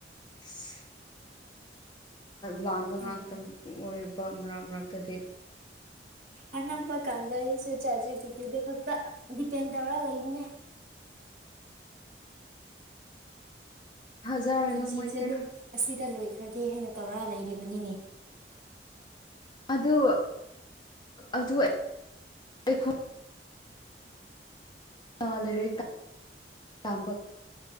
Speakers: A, on the left; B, on the right.
A: ꯑꯁ ꯂꯥꯟꯕ ꯉꯥꯛꯇ
B: ꯎꯝ
A: ꯑꯣꯏꯕ ꯃꯔꯛ ꯃꯔꯛꯇꯗꯤ
B: ꯑꯅꯝꯕ ꯀꯥꯟꯗ ꯑꯩꯁꯨ ꯆꯥꯕ ꯖꯤꯄꯤꯗꯤꯗ ꯈꯛꯇ ꯗꯤꯄꯦꯟ ꯇꯧꯔ ꯂꯩꯕꯅꯦ
A: ꯊꯥꯖꯔꯅꯨ
B: ꯄꯨꯟꯁꯤꯁꯦ
A: ꯃꯣꯏꯁꯦ
B: ꯑꯗꯨꯝ ꯑꯁꯤꯗ ꯂꯣꯏꯈ꯭ꯔꯒꯦ ꯍꯥꯏꯅ ꯇꯧꯔ ꯂꯩꯔꯤꯕꯅꯤꯅꯦ
A: ꯑꯗꯨ ꯑꯗꯨ ꯑꯈꯣꯏ ꯑꯥ ꯂꯩꯔꯤꯛ ꯇꯝꯕ ꯇꯝ